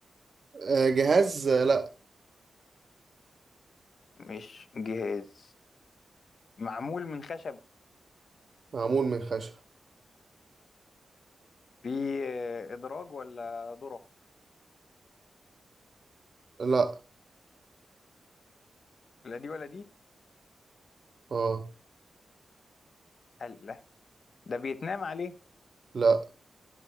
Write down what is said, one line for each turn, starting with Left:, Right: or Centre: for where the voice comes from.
Right: آه جهاز آه، لا
Left: مش جهاز معمول من خشب
Right: معمول من خشب
Left: في آه، ادراج ولا ظرف
Right: لا
Left: لا دي ولا دي
Right: اه
Left: قال لا ده بيتنام عليه
Right: لا